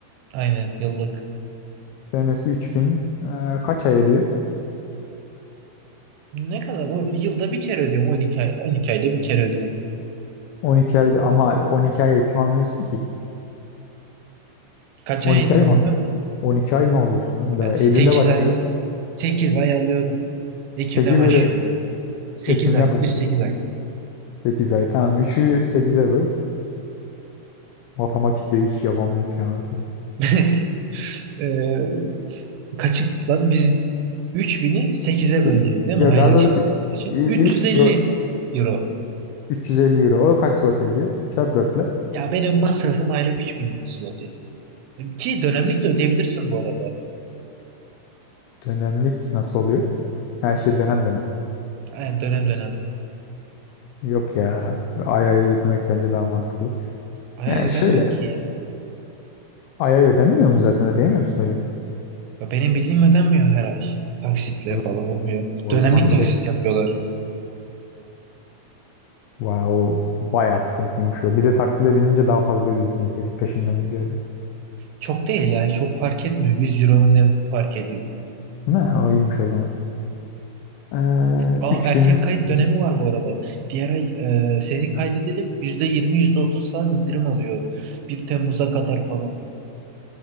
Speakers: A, on the right; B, on the left.
A: Aynen yıllık.
B: Senesi 3000 e, kaç ay ediyor?
A: Ne kadar? O yılda bir kere ödüyorum. 12 ay, 12 ayda bir kere ödüyorum.
B: 12 aydı ama 12 ay eğitim almıyorsun ki.
A: Kaç
B: 12
A: ay eğitim
B: ay mı?
A: alıyorum
B: al-
A: ki?
B: 12 ay mı alıyorsun lan bir daha?
A: Sekiz
B: Eylül'de başlıyor.
A: ay 8 ay alıyorum. Ekim'de
B: Peki
A: başlıyor
B: böyle
A: bu arada. 8
B: Ekim'de
A: ay,
B: başlıyor.
A: düz 8 ay.
B: sekiz ay tamam. 3'ü 8'e böl. Matematikte hiç yapamıyoruz ki anasını.
A: <laughs> Ee, s- kaçık lan biz 3000'i sekize
B: İlk-
A: böleceğiz değil
B: ya
A: mi? Aylık
B: daha doğrusu
A: şey olmak
B: i-
A: için. 350
B: ilk
A: euro.
B: yo, 350 euro. O kaç saat ediyor? Çarp dörtle
A: Ya benim masrafım aylık 3000 zloty. Ki dönemlik de ödeyebilirsin bu arada.
B: Dönemlik nasıl oluyor? Her şey dönem dönem.
A: Yani dönem dönem.
B: Yok ya. Ay ay ödemek bence daha mantıklı.
A: Ay
B: Yani
A: ödenmiyor
B: şöyle
A: ki.
B: ay ay ödenmiyor mu zaten ödeyemiyor musun öyle?
A: Ya Benim bildiğim ödenmiyor her ay.
B: O
A: Taksitle
B: o zaman,
A: falan olmuyor.
B: o
A: Dönemlik
B: zaman
A: taksit
B: direkt
A: yapıyorlar.
B: vay o bayağı sıkıntıymış o. Bir de takside binince daha fazla ödüyorsun kesin peşinden ziyade.
A: Çok değil yani çok fark etmiyor. 100 euro ne fark ediyor.
B: Ne o iyiymiş o zaman. Ee,
A: Aa,
B: üç
A: erken
B: bin.
A: kayıt dönemi
B: euro.
A: var bu arada. Diğer ay e, seni kaydedelim. yüzde %30 falan indirim alıyor. Bir Temmuz'a kadar falan.